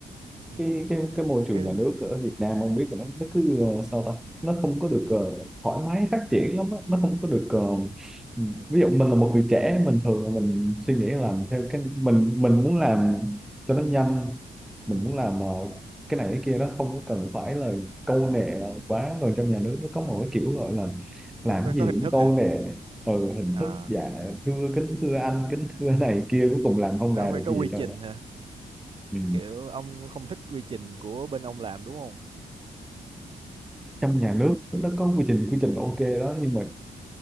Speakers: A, on the right; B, in the centre.
A: ừ.
B: cái cái cái môi
A: cái
B: trường nhà nước ở Việt Nam ông biết là nó nó cứ ờ, sao ta nó không có được ờ, thoải mái phát triển lắm á. nó không có được ờ,
A: ừ.
B: ví dụ mình là một người trẻ mình thường là mình suy nghĩ làm theo cái mình mình muốn làm cho nó nhanh
A: Ừ.
B: mình muốn làm ờ, cái này cái kia nó không có cần phải là câu nệ quá còn trong nhà nước nó có
A: Ừ.
B: một cái kiểu gọi là
A: nó
B: làm
A: phải có
B: cái
A: hình
B: gì cũng
A: thức
B: câu
A: hả
B: nệ ừ, hình
A: à
B: thức dạ thưa kính thưa anh kính thưa này kia cuối cùng làm không
A: nó
B: ra
A: phải
B: được
A: có
B: cái
A: quy
B: gì hết trơn
A: trình
B: á.
A: hả
B: ừ.
A: kiểu ông không thích quy trình của bên ông làm đúng
B: trong nhà nước nó có quy trình quy trình ok đó nhưng mà